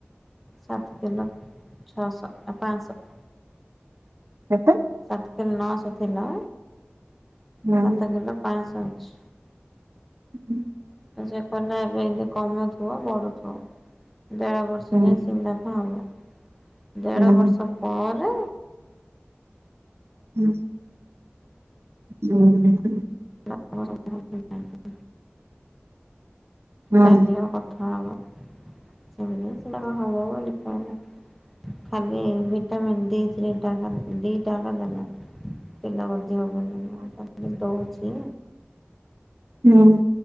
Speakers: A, in the centre; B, on the right (about 70°).
A: ସାତ କିଲୋ ଛଅଶ, ପାଞ୍ଚଶହ।
B: କେତେ
A: ସାତ କିଲ ନଅଶହ ଥିଲା
B: ହୁଁ
A: ସାତ କିଲୋ ପାଞ୍ଚଶହ ଅଛି।
B: ହୁଁ <inaudible>
A: ତ ସେ କହିଲା ଏବେ ଏମିତି କମୁଥିବ, ବଢ଼ୁ ଥିବ। ଦେର ବର୍ଷ
B: ହୁଁ
A: ଯାଇ ସିମ୍ ତା କଣ ହବ <unintelligible> ଦେଢ
B: ହୁଁ ହୁଁ
A: ବର୍ଷ ପରେ
B: ହୁଁ ହୁଁ <unintelligible>
A: <unintelligible>
B: ହୁଁ
A: ଚାଲିବା, କଥା ହବା। ସେମ ସେିକାା ହବ ବୋଲି କ ନା <unintelligible> ଖାଲି ଭିଟାମିନ୍ ଡି ଥ୍ରୀ ଟା ଡି ଟାକଦଲା ପିଲା <unintelligible> ଦଉଛି।
B: ହଁ <inaudible>